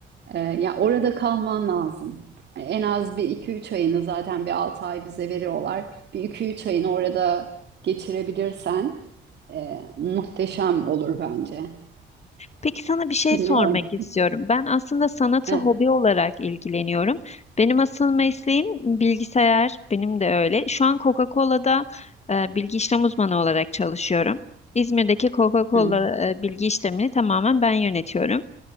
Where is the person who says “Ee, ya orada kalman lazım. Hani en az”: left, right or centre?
Right